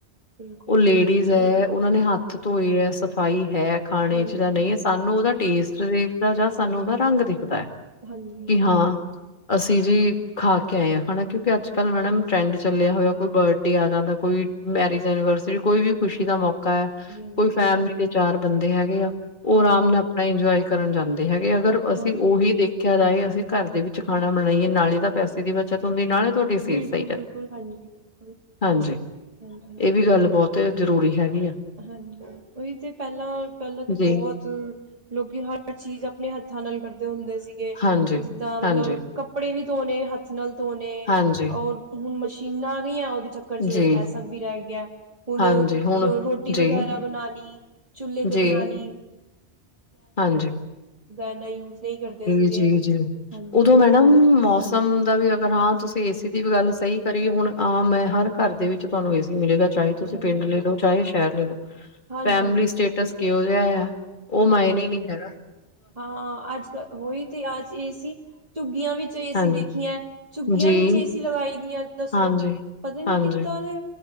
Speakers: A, on the right; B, on the left.
A: ਬਿਲਕੁਲ
B: ਓ ਲੇਡੀਜ਼
A: ਬਹੁਤ
B: ਐ, ਓਨਾਨੇ ਹੱਥ ਹਾਥ ਧੋਏ ਐ ਸਫ਼ਾਈ ਹੈ ਖਾਣੇ
A: ਹਾਂਜੀ,
B: ਚ ਜਾ ਨਈ, ਐ ਸਾਨੂੰ ਓਦਾ ਟੇਸਟ ਦੇ ਦਾ ਜਾਂ ਸਾਨੂੰ ਉਦਾ ਰੰਗ ਦਿਖਦਾ ਐ।
A: ਹਾਂਜੀ,
B: ਕਿ
A: ਹਾਂਜੀ, ਹਾਂਜੀ,
B: ਹਾਂ, ਅਸੀਂ ਜੀ ਖਾ ਕੇ ਆਏ ਆ ਖਾਣਾ। ਕਿਉਂਕਿ ਅੱਜ ਕੱਲ੍ਹ ਮੈਡਮ ਟਰੈਂਡ ਚਲਿਆ ਹੋਇਆ, ਕੋਈ ਬਰਡੇ ਆ ਜਾਂਦਾ ਕੋਈ ਮੈਰਿਜ ਐਨੀਵਰਸਰੀ ਕੋਈ ਵੀ ਖੁਸ਼ੀ ਦਾ ਮੌਕ ਮੋਕਾ ਐ,
A: ਹਾਂਜੀ,
B: ਕੋਈ ਫੈਮਲੀ ਦੇ ਚਾਰ ਬੰਦੇ ਹੈਗੇ ਆ। ਓ
A: ਹਾਂਜੀ,
B: ਅਰਾਮ ਨਾਲ ਆਪਣਾ
A: ਹਾਂਜੀ,
B: ਇੰਜੋਏ ਕਰਨ ਜਾਂਦੇ ਹੈਗੇ, ਅਗਰ ਅਸੀ
A: ਹਾਂਜੀ
B: ਉਹੀ ਦੇਖਿਆ ਜਾਏ ਅਸੀ ਘਰ ਦੇ ਵਿੱਚ ਖਾਣਾ ਬਣਾਈਏ ਨਾਲੇ ਤਾਂ ਪੈਸੇ ਦੀ ਬਚਤ ਹੁੰਦੀ, ਨਾਲੇ ਤੁਆਡੀ
A: ਬਿਲਕੁਲ-ਬਿਲਕੁਲ,
B: ਸੇਫ ਸਾਈਟ ਆ
A: ਹਾਂਜੀ ਬਿਲਕੁਲ,
B: ਹਾਂਜੀ।
A: ਹਾਂਜੀ।
B: ਏ ਵੀ ਗੱਲ ਬਹੁਤ ਜਰੂਰੀ ਹੈਗੀ ਆ।
A: ਹਾਂਜੀ ਉਈ ਤੇ ਪੈਹਲਾ-ਪੈਹਲਾ ਤੇ
B: ਜੀ
A: ਬਹੁਤ ਤ ਲੋਕੀ ਹਰ ਚੀਜ਼ ਆਪਣੇ ਹੱਥਾਂ ਨਾਲ ਕਰਦੇ ਹੁੰਦੇ ਸੀਗੇ।
B: ਹਾਂਜੀ
A: ਜਿਦਾ ਮਤਲਬ
B: ਹਾਂਜੀ
A: ਕੱਪੜੇ ਵੀ ਧੋਣੇ ਹੱਥ ਨਾਲ ਧੋਣੇ,
B: ਹਾਂਜੀ
A: ਔਰ ਹੁਣ ਮਸ਼ੀਨਾਂ ਵੀ ਆ ਓਦੇ ਚੱਕ ਚਕਰ ਚ
B: ਜੀ
A: ਐ ਸਭ ਵੀ ਰੈ ਗਯਾ ਐ, ਹੁਣ
B: ਹਾਂਜੀ
A: ਰ
B: ਹੁਣ
A: ਰੋਟ ਰੋਟੀ
B: ਜੀ
A: ਵਗੈਰਾ ਬਣਾਲੀ, ਚੁੱਲ੍ਹੇ ਤੇ
B: ਜੀ
A: ਬਣਾਲੀ।
B: ਹਾਂਜੀ
A: ਇੰਨਾ ਯੂਜ ਨਹੀਂ ਕਰਦੇ ਸੀਗੇ।
B: ਜੀ-ਜੀ-ਜੀ
A: ਹਾਂਜੀ,
B: ਉਦੋਂ ਮੈਡਮ
A: ਹੋਰ
B: ਮੌਸ ਸਮ
A: ਹਾਂਜੀ,
B: ਦਾ ਵੀ ਅਗਰ ਹਾਂ ਤੁਸ ਤੇ ਏ ਸੀ ਦੀ ਵੀ ਗੱਲ ਸਈ ਕਰੀਏ, ਹੁਣ ਆਮ ਐ ਹਰ ਘਰ ਦੇ ਵਿੱਚ ਤੁਆਨੂੰ ਏ ਸੀ ਮਿਲੇਗਾ ਚਾਹੇ ਤੁਸੀਂ
A: ਹਾਂਜੀ-ਹਾਂਜੀ,
B: ਪਿੰਡ ਲੈ ਲੋ। ਚਾਏ ਸ਼ੈਹਰ ਲੈ ਲੋ,
A: ਹਾਂਜੀ-ਹਾਂਜੀ,
B: ਫੈਮਲੀ
A: ਹਾਂਜੀ।
B: ਸਟੇਟਸ ਕਿਉ ਜਿਆ ਯਾ ਓ ਮਾਇਨੇ
A: ਹਾਂਜੀ ਹਾਂਜੀ
B: ਨੀ ਕਰ
A: ਹਾਂ ਅੱਜ-ਕੱਲ ਹੋਈ ਤੇ ਅੱਜ ਏ ਸੀ, ਝੁੱਗੀਆਂ ਵਿੱਚ ਏ ਸੀ
B: ਹਾਂਜੀ,
A: ਦੇਖੀਐ। ਝੁੱਗੀਆਂ
B: ਜੀ,
A: ਵਿੱਚ ਏ ਸੀ ਲਗਾਈ ਦੀਆਂ ਦੱਸੋ,
B: ਹਾਂਜੀ।
A: ਪਤਾ ਨੀ
B: ਹਾਂਜੀ,
A: ਕਿਦਾਂ ਦੇ